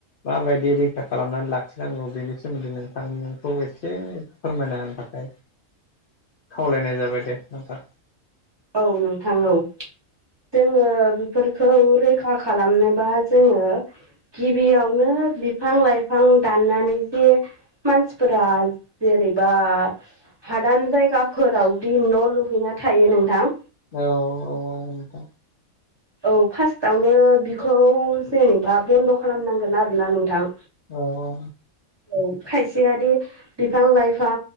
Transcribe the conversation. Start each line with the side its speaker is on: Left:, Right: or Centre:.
Left: माबायदि रैखा खालामनानै लाखिनांगौ बेनि सोमोन्दै नोंथांखौ एसे फोरमायना होनो थाखाय खावलायनाय जाबाय दे नोंथा
Right: औ नोंथां औ जोङो बेफोरखौ रैखा खालामनोबा जोङो गिबियावनो बिफां लाइफां दाननानै जे मानसिफोरा जेरैबा हादान जायगाफोरावदि न' लुहैना थायो नोंथां
Left: औ औ औ
Right: औ फार्स्टआवनो बिखौ जेनेबा बन्द खालामनांगोन आरोना नोंथां
Left: औ औ
Right: औ खायसेयादि बिफां लाइफां